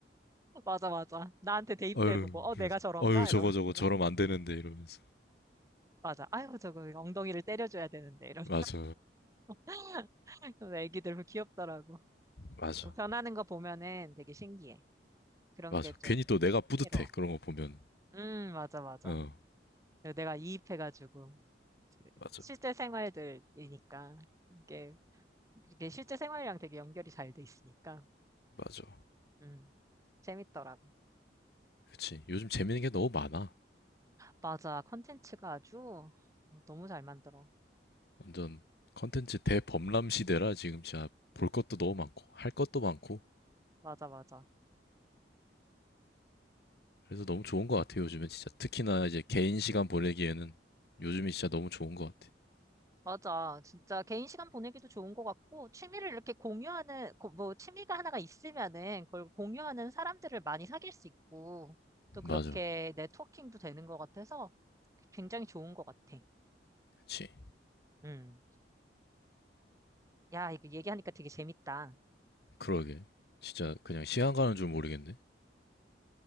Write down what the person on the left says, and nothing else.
<laughs>
어휴
그래서
어휴 저거
저거
저러면 안 되는데 이러면서
맞아
맞아
맞아
괜히 또 내가 뿌듯해
그런 거 보면
어
맞아
맞아
그치 요즘 재밌는 게 너무 많아
완전 컨텐츠 대범람 시대라 지금 진짜 볼 것도 너무 많고 할 것도 많고
그래서 너무 좋은 것 같아요 요즘은 진짜 특히나 이제 개인 시간 보내기에는 요즘이 진짜 너무 좋은 것 같아
맞아
그치
그러게 진짜
그냥 시간 가는 줄 모르겠네